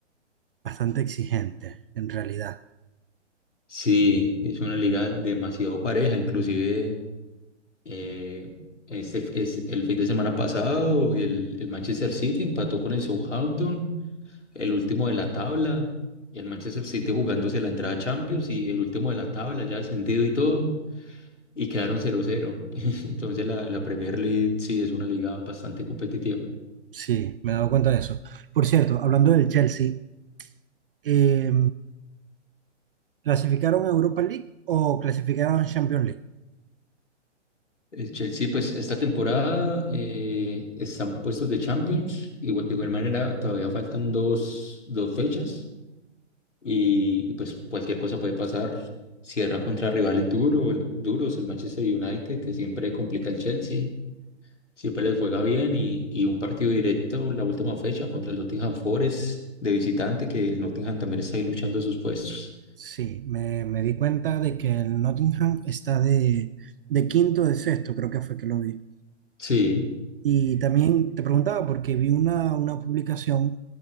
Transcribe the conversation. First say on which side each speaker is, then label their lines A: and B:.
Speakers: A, on the right; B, on the left.
A: bastante exigente, en realidad.
B: Sí, es una liga demasiado pareja. Inclusive eh, este, es el fin de semana pasado el, el Manchester City empató con el Southampton, el último de la tabla, y el Manchester City jugándose la entrada a Champions y el último de la tabla ya descendido y todo. Y quedaron cero cero. <laughs> Entonces la, la Premier League sí es una liga bastante competitiva.
A: Sí, me he dado cuenta de eso. Por cierto, hablando del Chelsea, Eh, ¿clasificaron a Europa League o clasificaron a Champions League?
B: El Chelsea, pues esta temporada eh, están puestos de Champions, igual, de igual manera todavía faltan dos, dos fechas y, y, pues cualquier cosa puede pasar. Cierra contra rivales duro, el- duros, el Manchester United, que siempre complica el Chelsea, siempre les juega bien y, y un partido directo la última fecha contra el Nottingham Forest de visitante, que el Nottingham también está ahí luchando sus puestos.
A: Sí, me, me di cuenta de que el Nottingham está de, de quinto de sexto, creo que fue que lo vi.
B: Sí,
A: Y también te preguntaba porque vi una, una publicación